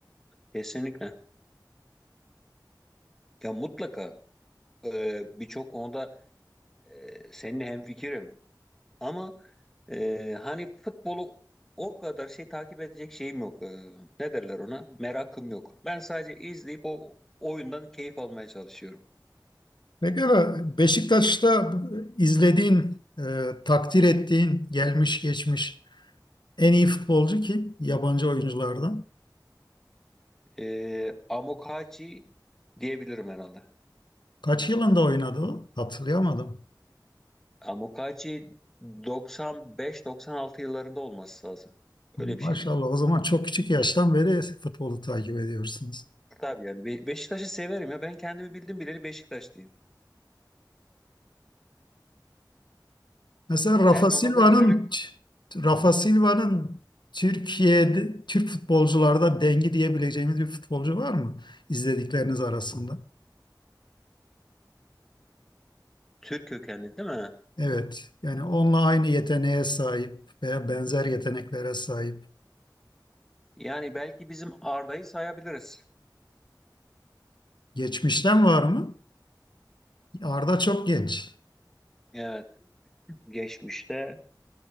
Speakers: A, in the centre; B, on the left (about 80°).
A: Kesinlikle. Ya mutlaka e, birçok konuda e, seninle hemfikirim. Ama e, hani futbolu o kadar şey takip edecek şeyim yok. E, ne derler ona? Merakım yok. Ben sadece izleyip o oyundan keyif almaya çalışıyorum.
B: Peki Beşiktaş'ta izlediğin, e, takdir ettiğin, gelmiş geçmiş en iyi futbolcu kim? Yabancı oyunculardan.
A: E, Amokachi diyebilirim herhalde.
B: Kaç yılında oynadı o? Hatırlayamadım.
A: Amokachi 95-96 yıllarında olması lazım.
B: Maşallah
A: Öyle bir şeydi.
B: o zaman çok küçük yaştan beri futbolu takip ediyorsunuz.
A: Tabii yani Be- Beşiktaş'ı severim ya. Ben kendimi bildim bileli Beşiktaşlıyım.
B: Mesela Rafa
A: Sen
B: Silva'nın
A: anladığım kadarıyla
B: Rafa Silva'nın Türkiye'de Türk futbolcularda dengi diyebileceğimiz bir futbolcu var mı izledikleriniz arasında?
A: Türk kökenli değil mi?
B: Evet. Yani onunla aynı yeteneğe sahip veya benzer yeteneklere sahip.
A: Yani belki bizim Arda'yı sayabiliriz.
B: Geçmişten var mı? Arda çok genç.
A: Evet. Geçmişte